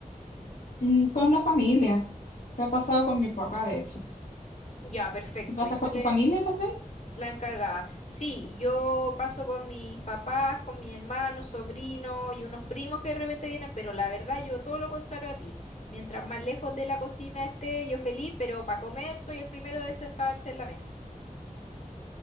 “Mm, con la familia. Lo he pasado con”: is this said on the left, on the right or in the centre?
Left